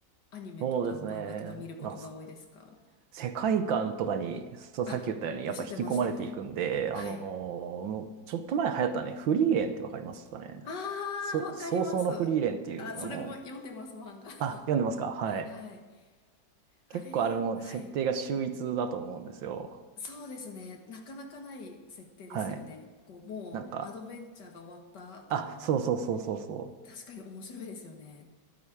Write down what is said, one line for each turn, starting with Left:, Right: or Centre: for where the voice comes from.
Left: アニメとか漫画とか見ることが多いですか
Right: そうですね。まあ、す世界観とかに、そう、
Left: あ、
Right: さっき言ったように、やっぱ引き込まれていくんで、
Left: おっしゃってましたね。はい。
Right: あのーもうちょっと前流行ったね、フリーレンってわかりますかね。
Left: ああ、
Right: そ、
Left: わかります。
Right: 早々のフリーレンっていう、
Left: あ、それも読んでます、
Right: あの、
Left: 漫画。
Right: あ、読んでますかはい。
Left: <laughs> はい。あれ、
Right: 結構あれも設定が秀逸だと思うんですよ。
Left: はい。そうですね。なかなかない設定ですよね。
Right: はい。
Left: こう、もう、
Right: なんか、
Left: アドベンチャーが終わった後の、
Right: あ、そうそうそうそうそう。
Left: 確かに面白いですよね。